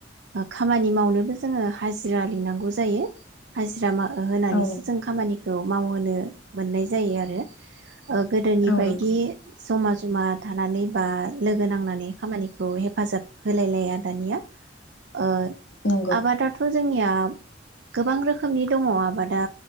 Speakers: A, on the right (about 65°); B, on the left (about 80°).
A: खामानि मावनोबो जोङो हाजि हाजिरा लिंनांगौ जायो हाजिरा मा ओ होनानैसो
B: औ नंगौ
A: जों खामानिखौ खौ मावहोनो मोननाय जायो आरो ओ गोदोनि
B: औ
A: बायदि
B: नंगौ
A: जमा जमा थानानै बा लोगो नांनानै खामानि खौ हेफाजाब होलायलाया दानिया ओ
B: नंगौ
A: आबादाथ' जोंनिया गोबां रोखोमनि दङ आबादा